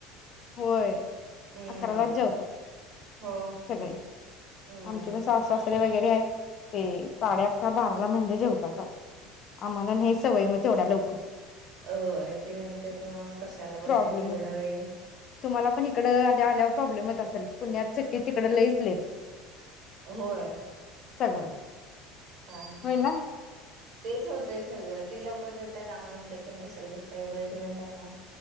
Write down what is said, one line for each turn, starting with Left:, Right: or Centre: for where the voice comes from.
Left: होय
Right: हम्म.
Left: अकरालाच जेवतात
Right: हो.
Left: सगळे
Right: हम्म.
Left: आमची पण सासू सासरे वगैरे आहेत. ते साडे अकरा बाराला म्हणजे जेवतात आम्हाला नाही सवय मग तेवढ्या लवकर....
Right: अ ते म्हणतात मग कशाला
Left: प्रॉब्लेम
Right: बसायचं एवढं
Left: होते
Right: वेळ
Left: तुम्हाला पण इकडं आल्या आल्यावर प्रॉब्लेम येत असल पुण्यात सुट्टीत तिकड लईच लेट
Right: होय...
Left: सगळं...
Right: हा हा
Left: होय ना
Right: तेचं हो... ते सगळं ती लवकर जेवतात आम्हाला म्हणत्यात तुम्ही कशाला बसताय येवढं जेवून टाका.